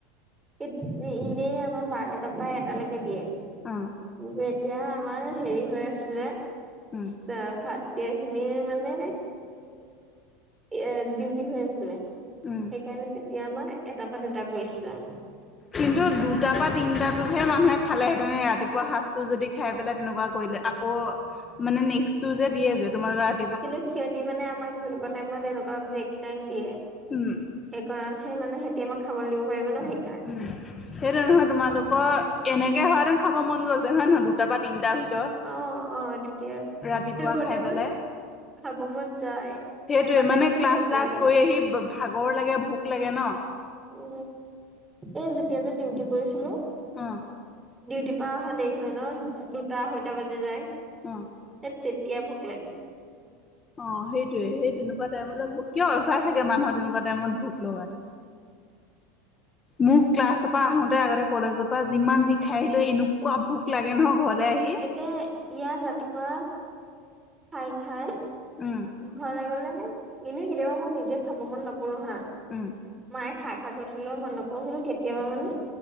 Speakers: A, on the right; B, on the left.
A: এই ঠিক নাই এনেই আমাৰ বাৰটাৰ পৰা এটালৈকে দিয়ে।
B: আ অ অ।
A: কিন্তু এতিয়া আমাৰ হেৰি হৈ আছিলে
B: উম,
A: ষ্টা ফাচ। চেয়াৰ খিনিয়ে মানে এ ডিউটি হৈ আছিলে। সেইকাৰণে
B: উম।
A: তেতিয়া আমাৰ এটাৰ পৰা দুটা কৰিছিলা।
B: কিন্তু দুটাৰ পৰা তিনটাটোহে মানুহে খালেহেঁতেন এ ৰাতিপুৱা সাজটো যদি খায় পেলাই তেনেকুৱা কৰিলে আকৌ মানে নেক্সটো যে দিয়ে যে তোমাৰ গাত
A: কিন্তু সিহঁতি মানে আমাক যেনেকুৱা টাইমত এনেকুৱা ব্ৰেক টাইম দিয়ে।
B: উম উ উ।
A: সেইকাৰণহে মানে সিহঁতি আমাক খাবলৈ দিব পাৰিব ন সে
B: উম উ উ উ। সেইটো নহয় তোমালোকৰ এনেকে হোৱাহেঁতেন খাব মন গ'ল হেঁতেন হয় নহয় দুটা বা তিনটাৰ ভিতৰত।
A: অ অ অ আ তেতিয়া
B: ৰাতিপুৱা
A: শেইষতে
B: খাই পেলাই
A: মোৰ খাব মন যায়।
B: সেইটোৱে
A: সেইকণ
B: মানে
A: টাইমতে
B: ক্লাছ-চ্লাছ
A: ভোক লাগে
B: কৰি
A: গৈ
B: আহি ব ভাগৰ লাগে ভোক লাগে ন।
A: উ এ যেতিয়া যে ডিউটি কৰিছিলো।
B: চিৰিপ চিৰিপ অ অ।
A: ডিউটিৰ পৰা অহা দেৰি হয় ন দুটা আঢ়ৈটা বাজি যায়।
B: অ অ।
A: এ তেতিয়া ভোক লাগে।
B: অ সেইটোৱে সেই তেনেকুৱা টাইমলৈ ভোক কিয় অভ্যাস থাকে মানুহৰ তেনেকুৱা টাইমত ভোক লগাটো। মোক ক্লাছৰ পৰা আহোতে আগতে কলেজৰ পৰা যিমান যি খাই আহিলো এনেকুৱা ভোক লাগে নহ ঘৰলৈ আহি।
A: এ ইয়াৰ ৰাতিপুৱা খাই খায়।
B: উম উ।
A: ঘৰলৈ গ'লেনে এনেই কেতিয়াবা মই নিজে খাব মন নক কৰো হা
B: উম
A: মায়ে খাই- খাই কৈথাকিলেও মই নকৰো <unintelligible> কেতিয়াবা মানে